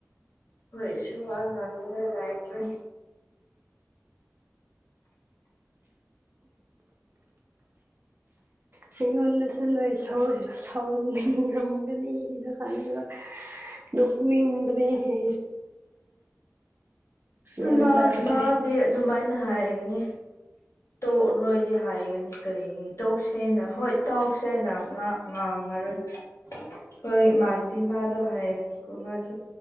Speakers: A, on the left; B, on the right.
A: ꯍꯣꯏ ꯑꯩꯁꯨ ꯋꯥ ꯉꯥꯡꯅꯤꯡꯉꯥꯏ ꯂꯩꯔꯛꯇꯔ꯭ꯦ
B: ꯑꯩꯉꯣꯟꯗꯁꯨ ꯅꯣꯏ ꯁꯧ ꯁꯧꯅꯤꯡ ꯉꯝꯒꯅꯤꯅ ꯈꯟꯕꯗ ꯑꯗꯣ ꯃꯤꯡꯕꯨꯗꯤ ꯍꯦ ꯒ꯭ꯌꯥꯟ
A: ꯑꯥ ꯃꯥ
B: ꯇꯥꯗ꯭ꯔꯦ
A: ꯃꯥꯗꯤ ꯑꯗꯨꯃꯥꯏꯅ ꯍꯥꯏꯒꯅꯤ ꯇꯣꯛꯔꯣꯏꯗꯤ ꯍꯥꯏꯒꯅꯤ ꯀꯔꯤꯒꯤ ꯇꯣꯛꯁꯦꯅ ꯍꯣꯏ ꯇꯣꯛꯁꯦꯅ ꯉꯥꯡ ꯉꯥꯡꯉꯔꯣꯏ
B: <inaudible>
A: ꯍꯣꯏ ꯃꯥꯟꯕꯤ ꯃꯥꯗꯣ ꯍꯥꯏꯕꯅꯤꯀꯣ ꯃꯥꯁꯨ